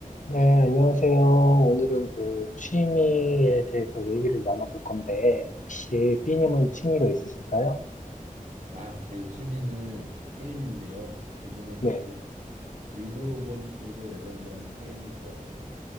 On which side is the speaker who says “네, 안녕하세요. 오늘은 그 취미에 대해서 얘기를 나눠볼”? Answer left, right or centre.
Left